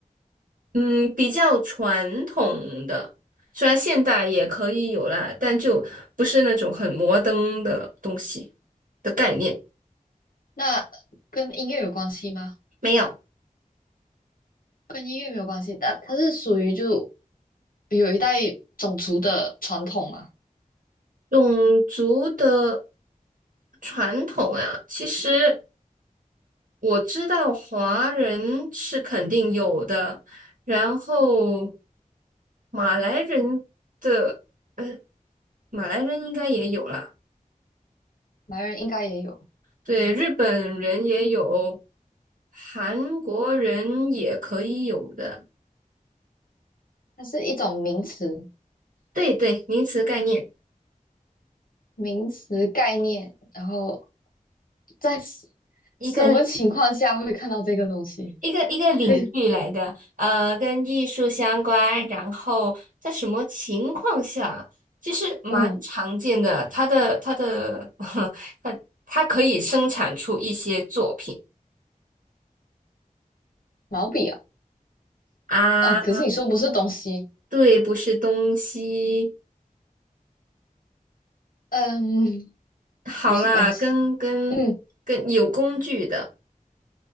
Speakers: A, on the right; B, on the left.
A: 嗯，比较传统的，虽然现代也可以有啦，但就不是那种很摩登的东西的概念，
B: 那跟音乐有关系吗？
A: 没有。
B: 跟音乐没有关系，但它是属于就有一代种族的传统嘛，
A: 种族的传统啊，其实。我知道华人是肯定有的，然后马来人的，呃，马来人应该也有啦，
B: 白人应该也有，
A: 对，日本人也有，韩国人也可以有的，
B: 它是一种名词，
A: 对对，名词概念，
B: 名词概念，然后在什
A: 一个
B: 什么情况下会看到这个东西？
A: 一个一个领域来的，
B: 嘿，
A: 呃，跟艺术相关，然后在什么情况下，其实蛮常见的。
B: 嗯，
A: 它的它的 <laughs> 它它可以生产出一些作品
B: 毛笔啊，
A: 啊，
B: 啊，可是你说不是东西，
A: 对，不是东西。
B: 嗯，
A: 好啦，
B: 不是东西，
A: 跟跟跟有工具的，
B: 嗯，